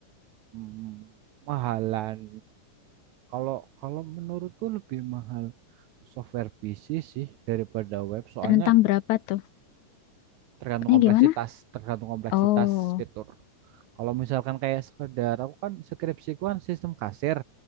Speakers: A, on the right; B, on the left.
A: Hmm, mahalan. Kalau kalau menurutku lebih mahal software PC sih daripada web. Soalnya
B: Rentang berapa tuh?
A: tergantung
B: Ini
A: kompleksitas,
B: gimana?
A: tergantung kompleksitas
B: Oh,
A: fitur. Kalau misalkan kayak sekedar aku kan skripsiku kan sistem kasir